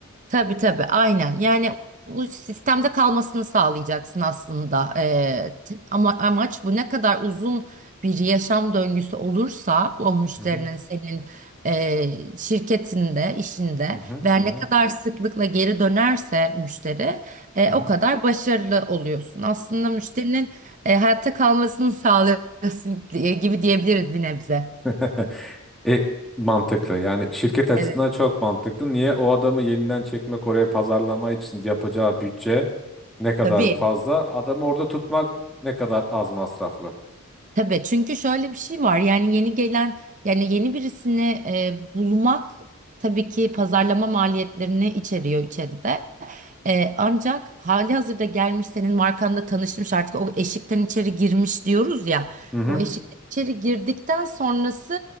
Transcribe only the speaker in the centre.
Hı hı,
hı hı,
hı
hı,
hı hı.
<laughs> E, mantıklı. Yani şirket açısından
çok mantıklı. Niye o adamı yeniden çekmek oraya pazarlama için yapacağı bütçe ne kadar
fazla, adamı orada tutmak ne kadar az masraflı.
Hı hı,